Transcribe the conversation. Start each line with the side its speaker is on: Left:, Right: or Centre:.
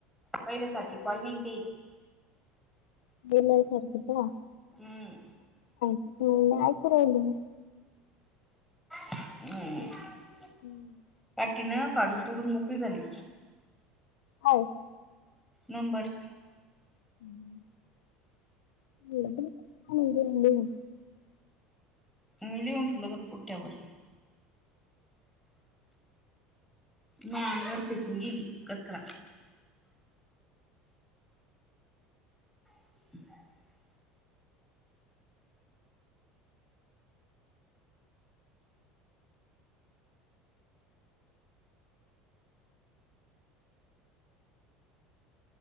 Centre: पहिल्यासारखे
Left: अं,
Centre: कॉल नाही ते
Left: <unintelligible>
Centre: हम्म
Left: हम् नाहीयपराहिल
Centre: हम्म
Left: हम्म
Centre: तीन पाडून तोडून मोकळी झाली
Left: हो
Centre: नंबर
Left: <unintelligible>
Centre: मी लिहून ठेवलेलं पुटठ्यावर माग फेकून गेली कचरा ह